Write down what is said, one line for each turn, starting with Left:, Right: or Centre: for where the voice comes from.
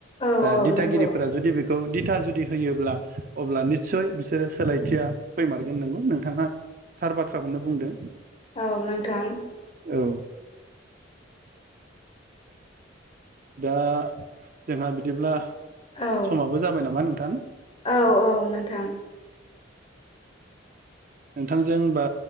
Left: औ
Right: दा
Left: औ
Right: दिथागिरिफोरा
Left: नंगौ
Right: जुदि बेखौ दिथा जुदि होयोब्ला अब्ला निस्सय बिसोरो सोलायथिया फैमारगोन नंगौ नोंथाङा थार बाथ्राखौनो बुंदों।
Left: औ नोंथां
Right: औ दा जोंहा बिदिब्ला
Left: औ
Right: समाबो जाबाय नामा नोंथां <unintelligible>
Left: औ औ नोंथां
Right: नोंथांजों बा